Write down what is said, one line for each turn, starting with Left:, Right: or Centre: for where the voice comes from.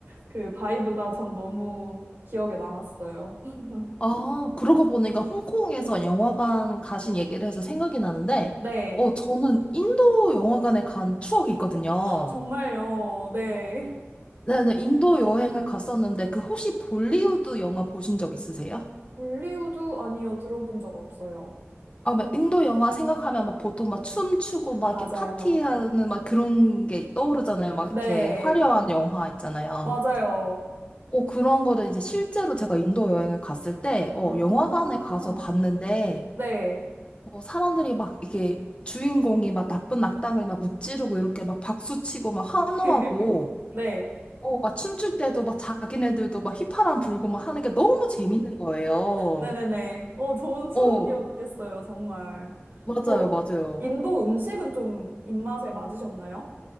Right: 그 바이브가 전 너무 기억에 남았어요. <laughs>
Left: 아, 그러고 보니까 홍콩에서 영화관 가신 얘기를 해서 생각이 나는데,
Right: 네.
Left: 어, 저는 인도 영화관에 간 추억이 있거든요.
Right: 정말요. 네.
Left: 네네, 인도 여행을 갔었는데, 그 혹시 볼리우드 영화 보신 적 있으세요?
Right: 볼리우드 아니요. 들어본 적 없어요.
Left: 아, 막 인도 영화 생각하면 막 보통 막 춤추고 막
Right: 맞아요.
Left: 이렇게 파티하는 막 그런 게 떠오르잖아요. 막
Right: 네.
Left: 이렇게 화려한 영화 있잖아요.
Right: 맞아요.
Left: 어, 그런 거를 이제 실제로 제가 인도 여행을 갔을 때, 어,
Right: 아.
Left: 영화관에 가서 봤는데,
Right: 네.
Left: 뭐 사람들이 막 이게 주인공이 막 나쁜 악당을 막 무찌르고 이렇게 막 박수치고 막 환호하고
Right: <laughs> 네.
Left: 어, 막 춤출 때도 막 자기네들도 막 휘파람 불고 막 하는 게 너무 재밌는 거예요.
Right: 네네네. 어, 좋은 추억이었겠어요,
Left: 어,
Right: 정말.
Left: 맞아요,
Right: 그,
Left: 맞아요.
Right: 인도 음식은 좀 입맛에 맞으셨나요?